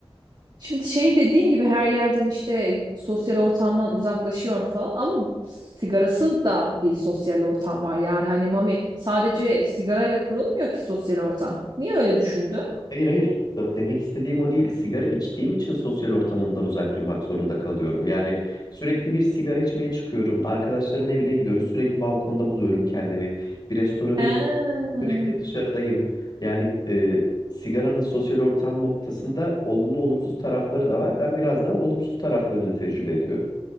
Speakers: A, on the right; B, on the left.
A: Şimdi şey dediğin gibi her yerden işte sosyal ortamdan uzaklaşıyorum falan ama sigarasız da bir sosyal ortam var. Yani hani mami sadece sigarayla kurulmuyor ki sosyal ortam. Niye öyle düşündün?
B: Hayır hayır. Ö- Demek istediğim o değil. Sigara içtiğim için sosyal ortamımdan uzak durmak zorunda kalıyorum. Yani sürekli bir sigara içmeye çıkıyorum. Arkadaşların evine gidiyoruz. Sürekli balkonda buluyorum kendimi. Bir restorana
A: He.
B: giriyorum. Sürekli dışarıdayım. Yani e, sigaranın sosyal ortam noktasında olumlu olumsuz tarafları da var. Ben biraz daha olumsuz taraflarını tecrübe ediyorum.